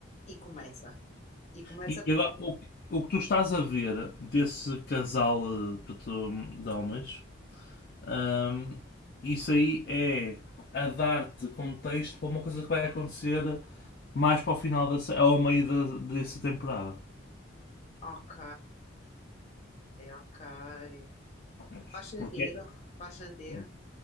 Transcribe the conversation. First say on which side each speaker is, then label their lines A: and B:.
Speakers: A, on the left; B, on the left.
A: E começa. E começa
B: E agora, o, o que tu estás a ver desse casal eh, portanto, de homens, ahm, isso aí é a dar-te contexto para uma coisa que vai acontecer mais para o final dessa, ao meio da, dessa temporada.
A: Ok, ok.
B: Prontos.
A: Faz sentido,
B: Porque
A: faz sentido.
B: pronto,